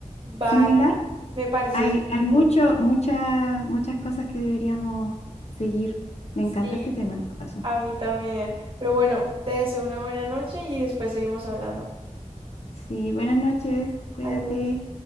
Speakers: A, on the right; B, on the left.
A: Vale,
B: similar?
A: me parece,
B: Hay, hay mucho, muchas, muchas cosas que deberíamos seguir. Me
A: sí,
B: encanta este tema en todo caso.
A: a mí también. Pero bueno, te deseo una buena noche y después seguimos hablando.
B: Sí, buenas noches. Cuídate.
A: Adiós.